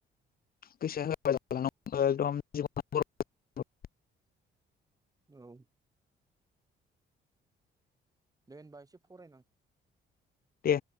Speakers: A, on the left (about 50°); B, on the right (about 20°).
A: गोसोआ होआबा जाला नङाबा एगदम जिबनाउ बरबाद
B: औ दे होनबा एसे फरायनां।
A: दे